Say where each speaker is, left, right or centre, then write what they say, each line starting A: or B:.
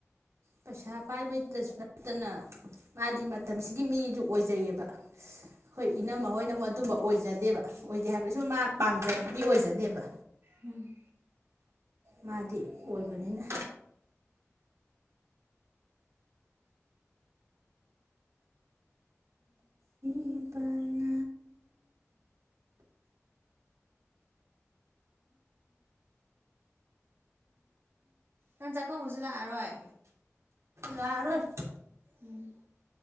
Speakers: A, on the right; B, on the right.
A: ꯄꯩꯁꯥ ꯄꯥꯏꯕꯩꯇꯁꯨ ꯅꯠꯇꯅ ꯃꯥꯗꯤ ꯃꯇꯝꯁꯤꯒꯤ ꯃꯤꯁꯨ ꯑꯣꯏꯖꯩꯑꯦꯕ ꯑꯩꯈꯣꯏ ꯏꯅꯝꯃ ꯍꯣꯏꯅ ꯑꯃꯨꯛ ꯑꯗꯨꯝꯕ ꯑꯣꯏꯖꯗꯦꯕ ꯑꯣꯏꯗꯦ ꯍꯥꯏꯕꯗꯤ ꯁꯨꯝ ꯃꯥ ꯄꯥꯝꯖꯕꯤ ꯑꯣꯏꯖꯗꯦꯕ
B: ꯎꯝ
A: ꯃꯥꯗꯤ ꯑꯣꯏꯕꯅꯤꯅ ꯏꯕꯅꯤ
B: ꯅꯪ ꯆꯥꯛꯀꯧꯕꯁꯨ ꯂꯥꯛꯑꯔꯣꯏ
A: ꯂꯥꯛꯑꯔꯣꯏ
B: ꯎꯝ